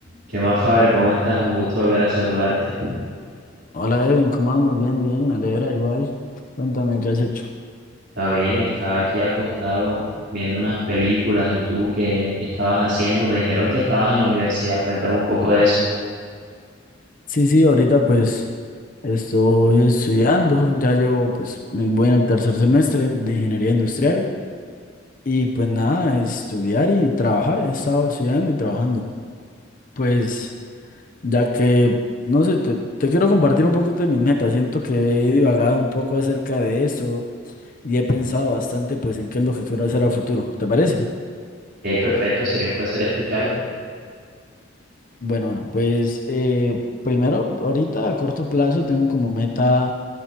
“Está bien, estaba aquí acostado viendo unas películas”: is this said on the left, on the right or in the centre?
Right